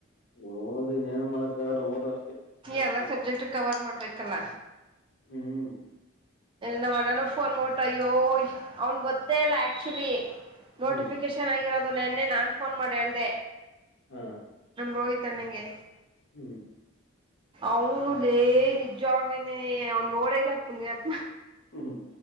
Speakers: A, on the left (about 60°); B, on the right (about 25°).
A: ಓದ್ ಇನ್ನೇನ್ ಮಾಡಕ್ಕಾಗಲ್ಲ ಓದು ಅಷ್ಟೇ ಜಾಸ್ತಿ
B: ಎಲ್ಲ ಸಬ್ಜೆಕ್ಟ್ ಕವರ್ ಮಾಡ್ಬೇಕಲ್ಲ
A: ಹ್ಮ್
B: ನಮ್ಮ ಅಣನ
A: ಮಾಡ್ಲೆ
B: ಫೋನ್ ಮಾಡೋಟ್ಟ ಅಯ್ಯೋ ಅವ್ನ್ ಗೊತ್ತೇ ಇಲ್ಲ ಆಕ್ಚುಲಿ ನೋಟಿಫಿಕೇಶನ್
A: ಹ್ಮ್
B: ಆಗಿರೋದು ನೆನ್ನೆ ನಾನ್ ಫೋನ್ ಮಾಡಿ ಹೇಳ್ದ
A: ಹಾ
B: ರೋಹಿತ್ ಅನ್ನಗೆ
A: ಹ್ಮ್
B: ಅವನು ಲೇ ನಿಜವಾಗೇನೇ ಅವನ್ ನೋಡ ಇಲ್ಲ ಪುನ್ಯತ್
A: ಹ್ಮ್ಮ್ ಮ್